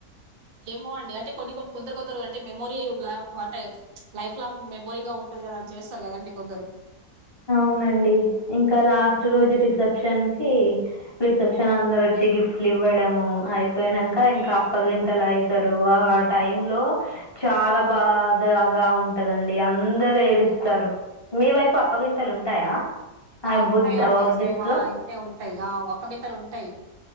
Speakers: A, on the right; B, on the left.
A: ఏమో అండి అంటే కొన్ని కొన్ని కొందరు కొందరు అంటే మెమోరీ అంటే లైఫ్ లాంగ్ మెమరీగా ఉంటు కదా అని చేస్తారు కదంటే కొందరు
B: అవునండి ఇంకా లాస్ట్ రోజు రిసెప్షన్ కి రిసెప్షన్ అందరు వచ్చి గిఫ్ట్ ఇవ్వడము అయిపోయినాక
A: హ్మ్.
B: ఇంకా అప్పగింతలు ఐతారు టైమ్ లో చాలా బాధగా ఉంటదండి అందరు ఏడుస్తారు మీ వైపు అప్పగింతలు ఉంటాయా
A: ఆ ఉంటాయిండి
B: బుద్
A: సేమ్
B: దిస్ట్లో
A: ఆ ఇంతే ఉంటాయి ఆ అప్పగింతలు ఉంటాయి